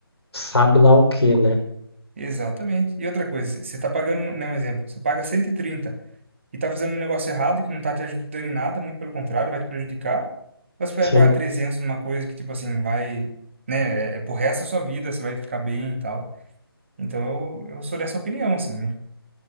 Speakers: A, on the left (about 85°); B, on the right (about 30°).
A: sabe lá o quê, né?
B: Exatamente. E outra coisa, você está pagando, né, um exemplo, você paga cento e trinta e está fazendo um negócio errado que não está te ajudando em nada, muito pelo contrário, vai te prejudicar. Mas espera
A: Sim.
B: pagar 300 numa coisa que, tipo assim, vai, né, é, é pro resto da sua vida, você vai ficar bem e tal. Então eu, eu sou dessa opinião, assim, né?